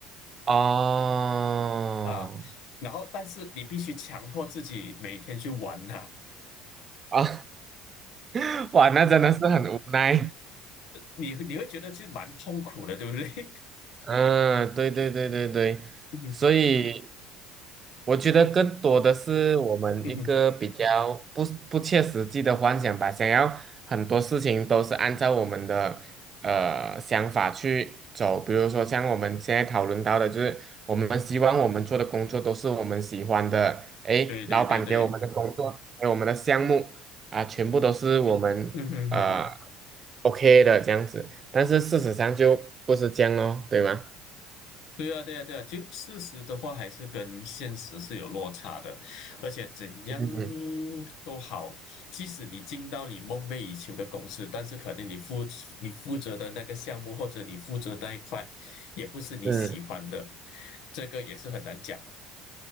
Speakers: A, on the right (about 35°); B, on the left (about 70°).
A: 哦，
B: 啊，然后但是你必须强迫自己每天去玩它，
A: 啊，<laughs> 哇，那真的是很无奈，
B: 你你会觉得其实蛮痛苦的，对不对？
A: 嗯，对对对对对，
B: <laughs> 嗯哼
A: 所以我觉得更多的是我们一个比较不不切实际的幻想吧，
B: 嗯哼，
A: 想要很多事情都是按照我们的呃想法去走，比如说像我们现在讨论到的，就是我们希望我们做的工作都是我们喜欢的，诶，
B: 对对对对，
A: 老板给我们的工作，给我们的项目啊，全部都是我们呃
B: 嗯哼嗯哼嗯哼。
A: OK 的这样子。但是事实上就不是这样咯，对吗？
B: 对啊，对啊，对啊，就事实的话还是跟现实是有落差的，而且怎样
A: 嗯
B: 都好，即使你进到你梦寐以求的公司，但是可能你负你负责的那个项目或者你负责那一块，也不是你喜欢的，
A: 嗯，
B: 这个也是很难讲的。